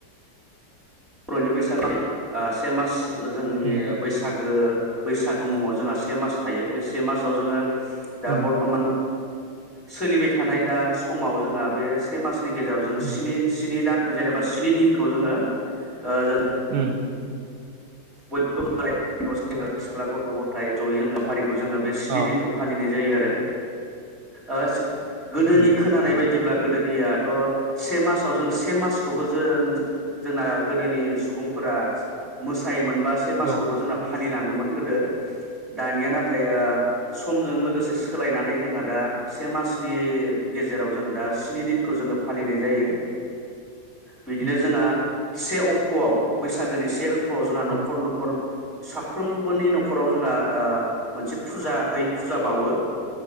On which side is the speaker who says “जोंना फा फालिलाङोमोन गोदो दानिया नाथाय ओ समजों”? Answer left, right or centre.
Centre